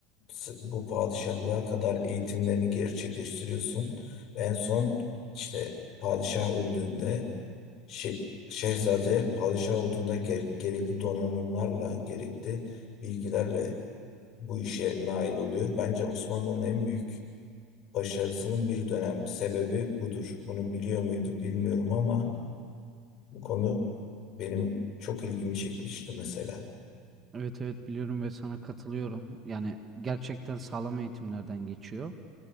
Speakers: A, on the left; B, on the right.
A: s- bu padişahlığa kadar eğitimlerini gerçekleştiriyorsun. Ve En son işte padişah öldüğünde şe- Şehzade padişah olduğunda ger- gerekli donanımlarla, gerekli bilgilerle bu işe nail oluyor. Bence Osmanlı'nın en büyük başarısının bir dönem sebebi budur. Bunu biliyor muydum bilmiyorum ama bu konu benim çok ilgimi çekmişti mesela.
B: Evet evet biliyorum ve sana katılıyorum. Yani gerçekten sağlam eğitimlerden geçiyor